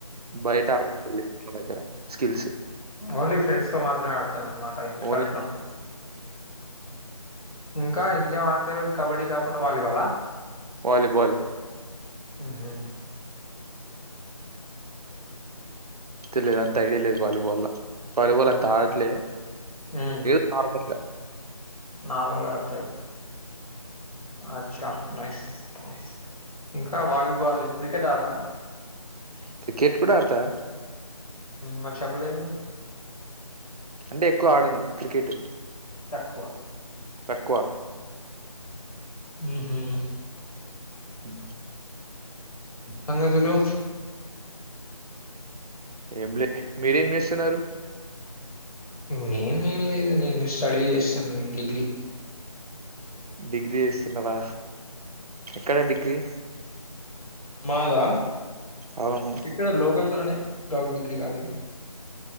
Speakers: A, on the right; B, on the left.
A: బయట ఆడలేదు మన దగ్గర స్కిల్స్
B: ఓన్లీ ఫ్రెండ్స్ తో మాత్రమే ఆడతాను అనమాట ఇంటి
A: ఓన్లీ
B: కడ ఉనప్పుడు ఇంకా ఇంకేం ఆడుతారు కబడ్డీ కాకుండా వాలీబాల
A: వాలిబాల్
B: ఆహ
A: తెలియదు అంత ఐడియా లేదు వాలీబాల్ వాలీబాల్ అంత
B: అచ్చా
A: అడేట్లి
B: మ్
A: ఏదో నార్మల్గా
B: నార్మల్గా ఆడుతారు అ నైస్ న ఇంకా వాలీబాల్ క్రికెట్ ఆడరా
A: క్రికెట్ కూడా ఆడతా
B: మరి చెప్పలేదు
A: అంటే ఎక్కువ ఆడను క్రికెట్
B: తక్కువ
A: తక్కువ
B: హ
A: ఉమ్
B: సంగతులు
A: ఏం లే మీరేం చేస్తున్నారు
B: నేనేం లేదు నేను స్టడీ చేస్తున్నాను నేను డిగ్రీ
A: డిగ్రీ చేస్తున్నారా ఎక్కడా డిగ్రీ
B: మాదా
A: అవును
B: ఇక్కడ లోకల్ లోనే ప్రౌడ్ డిగ్రీ కాలేజీ